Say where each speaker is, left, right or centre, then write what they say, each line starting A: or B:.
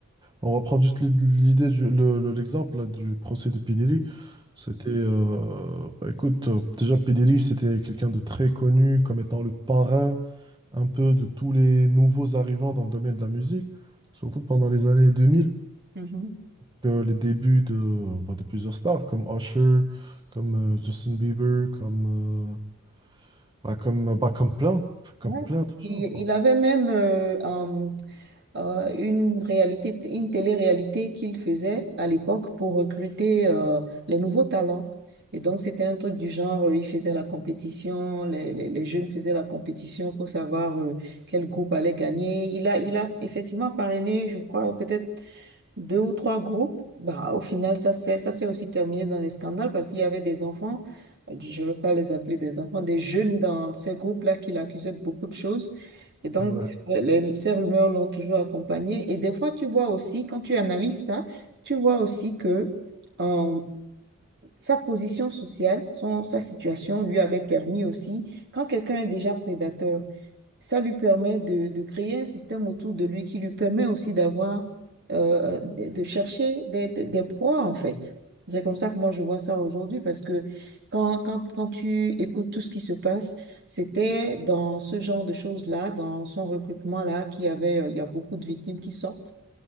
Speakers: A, on the right (about 20°); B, on the right (about 50°).
A: on va prendre juste l'id- l'idée du... le- le- l'exemple là, du procès de P. Diddy. C'était... euh, bah écoute, euh, déjà P. Diddy, c'était quelqu'un de très connu comme étant le parrain un peu de tous les nouveaux arrivants dans le domaine de la musique, surtout pendant les années 2000
B: Mhm.
A: que les débuts de, bah, de plusieurs stars comme Usher, comme euh, Justin Bieber, comme, euh, bah, comme, bah, comme plein, comme
B: Ouais.
A: plein de gens,
B: Il,
A: quoi.
B: il avait même euh, un- euh, une réalité, une télé-réalité qu'il faisait à l'époque pour recruter euh, les nouveaux talents. Et donc, c'était un truc du genre, euh, il faisait la compétition, les, les- les jeunes faisaient la compétition pour savoir euh, quel groupe allait gagner. Il a, il a effectivement parrainé, je crois, peut-être deux ou trois groupes, bah, au final, ça s'est, ça s'est aussi terminé dans les scandales parce qu'il y avait des enfants, euh, je ne veux pas les appeler des enfants, des jeunes dans ces groupes-là qui l'accusaient de beaucoup de choses. Et donc,
A: Ouais.
B: les- ces rumeurs l'ont toujours accompagné. Et des fois, tu vois aussi, quand tu analyses ça, tu vois aussi que euh, sa position sociale, son, sa situation lui avait permis aussi, quand quelqu'un est déjà prédateur, ça lui permet de, de créer un système autour de lui qui lui permet aussi d'avoir, euh, de, de chercher des, des, des proies, en fait. C'est comme ça que moi, je vois ça aujourd'hui, parce que quand, quand, quand tu écoutes tout ce qui se passe, c'était dans ce genre de choses-là, dans son recrutement-là, qu'il y avait, euh, il y a beaucoup de victimes qui sortent.